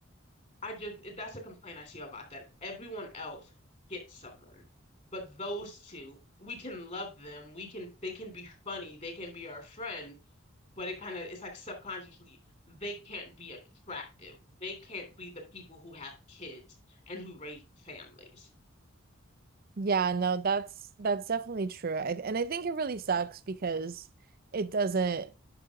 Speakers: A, on the left; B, on the right.
A: I just it, that's a complaint I see a lot that everyone else gets someone, but those two, we can love them. We can they can be funny, they can be our friend, but it kind of it's like subconsciously they can't be attractive. They can't be the people who have kids and who raise families.
B: Yeah, no, that's that's definitely true. I, and I think it really sucks because it doesn't